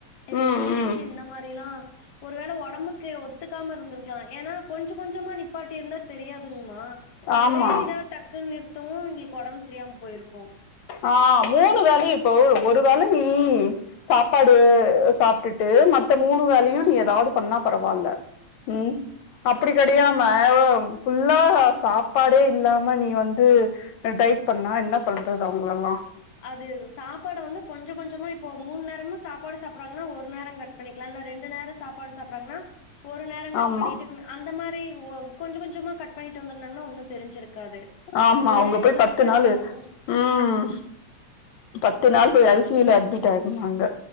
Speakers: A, on the left (about 55°); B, on the left (about 80°).
A: நீங்க
B: ம்
A: ஃப்ரூட்ஸ்சு
B: ம்
A: இந்த மாரிலா ஒருவேள ஒடம்புக்கு ஒத்துக்காம இருந்துருக்கலா ஏனா கொஞ்ச கொஞ்சமா நிப்பாட்டிருந்தா தெரியாதுங்மா
B: ஆமா
A: ஒரே இதா டக்குன்னு நிறுத்தவு இவுங்ளுக்கு ஒடம்பு சரியாம போயிருக்கு
B: ஆ மூணு வேளையு இப்போ ஒரு வேள நீ சாப்பாடு சாப்ட்டுட்டு மத்த மூணு வேளையு நீ எதாது பண்ணா பரவால்ல ம் அப்படி கெடையாம ஒ ஃபுல்லா சாப்பாடே இல்லாம நீ வந்து அ டைட் பண்ணா என்ன பண்றது அவுங்களெல்லா
A: அது சாப்பாடு வந்து கொஞ்ச கொஞ்சமா இப்போ மூணு நேரமும் சாப்பாடு சாப்புட்றாங்கன்னா ஒரு நேரோ கட் பண்ணிக்கலா இல்லனா ரெண்டு நேரோ சாப்பாடு சாப்புட்றாங்கன்னா ஒரு நேரோ கட்
B: ஆமா
A: பண்ணிட்டு அந்த மாரி ஒ கொஞ்சோ கொஞ்சமா கட் பண்ணிட்டு வந்துருந்தாங்கன்னா ஒன்னு தெரிஞ்சிருக்காது
B: ஆமா
A: ஒரே
B: அவங்க போய்
A: இதா
B: பத்து
A: கட்
B: நாளு
A: பண்ணவும்
B: ம் பத்து நாள் போய் ஐ சி யுல அட்மிட் ஆயிருந்தாங்க